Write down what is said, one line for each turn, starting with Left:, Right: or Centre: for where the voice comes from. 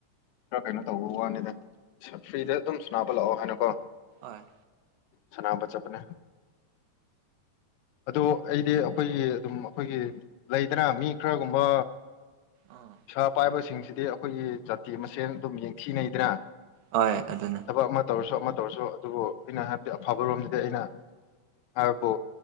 Left: ꯈꯔ ꯀꯩꯅꯣ ꯇꯧꯕ ꯋꯥꯅꯤꯗ ꯐꯔ꯭ꯤꯗ ꯑꯗꯨꯝ ꯁꯥꯟꯅꯕ ꯂꯥꯀꯑꯣ ꯍꯥꯏꯅꯀꯣ
Right: ꯑꯣꯏ
Left: ꯁꯥꯅꯕ ꯆꯠꯄꯅꯦ ꯑꯗꯣ ꯑꯩꯗꯤ ꯑꯩꯈꯣꯏꯒꯤ ꯑꯗꯨꯝ ꯑꯩꯈꯣꯏꯒꯤ ꯂꯩꯗꯅ ꯃꯤ ꯈꯔꯒꯨꯝꯕ
Right: ꯑꯥ
Left: ꯄꯩꯁꯥ ꯄꯥꯏꯕꯁꯤꯡꯁꯤ ꯗꯤ ꯑꯩꯈꯣꯏꯒꯤ ꯖꯥꯇꯤ ꯃꯁꯦꯟ ꯑꯗꯨꯝ ꯌꯦꯡꯊꯤꯅꯩꯗꯅ
Right: ꯍꯣꯏ ꯑꯗꯨꯅꯦ
Left: ꯊꯕꯛ ꯑꯃ ꯇꯧꯔꯁꯨ ꯑꯃ ꯇꯧꯔꯁꯨ ꯑꯗꯨꯕꯨ ꯑꯩꯅ ꯍꯥꯏꯕꯗꯤ ꯑꯐꯕꯔꯣꯝꯗꯗꯤ ꯑꯩꯅ ꯍꯥꯏꯕꯕꯨ